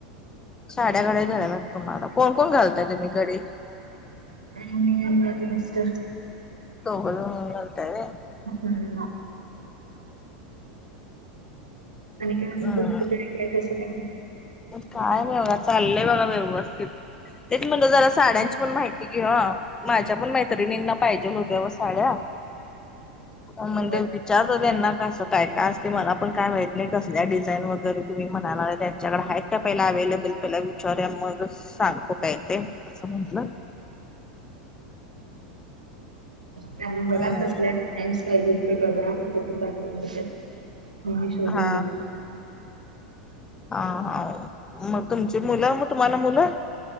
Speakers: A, on the left; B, on the right.
A: साड्या घडी घालाया लागत तुम्हाला कोण कोण घालताय तुम्ही घडी?
B: आणि मी माझे मिस्टर!
A: दोघजण मिळून घालताय होय?
B: हम्म, आणि काय
A: हम्म
B: तुमचं? कसं काय
A: काय नाही बघा चाललंय बघा व्यवस्थितीत तेच म्हणलं जरा साड्यांची पण माहिती हा माझ्या पण मैत्रिणींना पाहिजे होत्या व साड्या म्हणजे
B: बर
A: विचारत होते त्यांना कसं काय का असतय. ते मला पण काय माहित नाहीय कसल्या डिझाईन वगैरे तुम्ही म्हणाला त्या त्याच्याकडे हायत का पहिला अवलेबल पहिला विचारुया मग सांगतो काय ते असं म्हटलं
B: त्यांना बघा
A: हम्म
B: कसल्या टाइम्स पाहिजेत ते बघा फोटो पाठवतो त्यात. तुम्ही शोधून
A: हा
B: द्या.
A: हा मग तुमची मुलं मग तुम्हाला मुलं